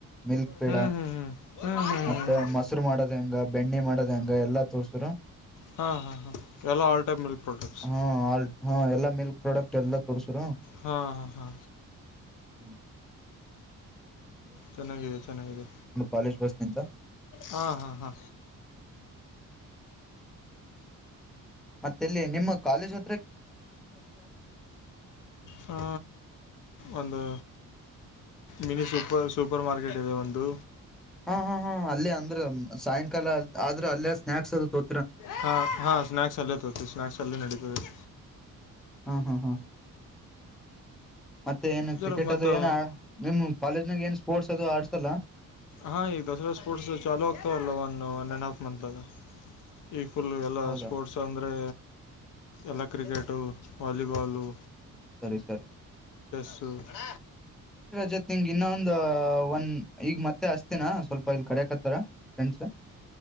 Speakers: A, in the centre; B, on the left.
A: ಮಿಲ್ಕ್ ಪೆ
B: ಹ್ಞೂ ಹ್ಞೂ ಹ್ಞೂ ಹ್ಞೂ ಹ್ಞೂ ಹ್ಞೂ
A: ಮತ್ತೆ
B: ಹ್ಞೂ
A: ಮೊಸರು ಮಾಡೋದ್ ಹೆಂಗ ಬೆಣ್ಣೆ ಮಾಡೋದ್ ಹೆಂಗ ಎಲ್ಲಾ ತೋರ್ಸಿದ್ದ್ರೂ
B: ಹ ಹ ಹ ಎಲ್ಲಾ ಆಲ್ಟೈಮ್ ಮಿಲ್ಕ್ ಪ್ರಾಡಕ್ಟ್ಸ್
A: ಹಾ ಆಲ್ ಹಾ ಎಲ್ಲಾ ಮಿಲ್ಕ್ ಪ್ರಾಡಕ್ಟ್ ಎಲ್ಲಾ ತೋರ್ಸುರ
B: ಹಾ ಹಾ ಹಾ
A: ಹ್ಮ್
B: ಚೆನ್ನಾಗಿದೆ ಚೆನ್ನಾಗಿದೆ
A: ಕಾಲೇಜ್ ಬಸ್ ನಿಂತ
B: ಹಾ ಹಾ ಹಾ
A: ಮತ್ತೇಲ್ಲಿ ನಿಮ್ಮ ಕಾಲೇಜು
B: ಹಾ ಒಂದು ಮಿನಿ ಸೂಪರ್ ಸೂಪರ್ ಮಾರ್ಕೆಟ್ ಇದೆ ಒಂದು
A: ಹಾ ಹಾ ಹಾ ಅಲ್ಲೇ ಅಂದ್ರೂ ಸಾಯಂಕಾಲ ಆದ್ರೆ ಅಲ್ಲೇ ಸ್ನಾಕ್ಸು ತ
B: ಹಾ ಹಾ ಸ್ನಾಕ್ಸ್ ಅಲ್ಲ ತತಿ ಸ್ನಾಕ್ಸ್ ಅಲ್ಲೇ ನಡೀತದೆ
A: ಹ್ಮ ಹ್ಮ ಹಾ ಮತ್ತೆ ಏನು ಕ್ರಿಕೆಟ್
B: ಜರ ಮತ್ತು
A: ಅದು ಏನೊ ನಿಮ್ ಕಾಲೇಜ್ನಾಗ ಏನ್ ಸ್ಪೋರ್ಟ್ಸ್ ಅದು ಆಡ್ಸಲ್ಲ
B: ಹಾ ಈ ದಸರಾ ಸ್ಪೋರ್ಟ್ಸ್ ಚಾಲೂ ಆಗತ್ತವಲ್ಲ ಒನ್ ಒನ್ ಆ್ಯಂಡ್ ಹಾಫ್ ಮಂತಾಗ ಈಗ ಪುಲ್ಲು ಎಲ್ಲ
A: ಹೌದಾ
B: ಸ್ಪೋರ್ಟ್ಸ್ ಅಂದರೆ ಎಲ್ಲಾ ಕ್ರಿಕೆಟು ವಾಲಿಬಾಲು
A: ಸರಿ ಸರಿ
B: ಸೊ ಅಣ್ಣ
A: ಜೊತೆ ಹಿಂಗ ಇನ್ನೊಂದು ಒಂದ್ ಈಗ ಮತ್ತೆ ಅಸ್ತನಾ ಸ್ವಲ್ಪ ಇಲ್ ಕರೆಕತ್ತಾರ ಫ್ರೆಂಡ್ಸ್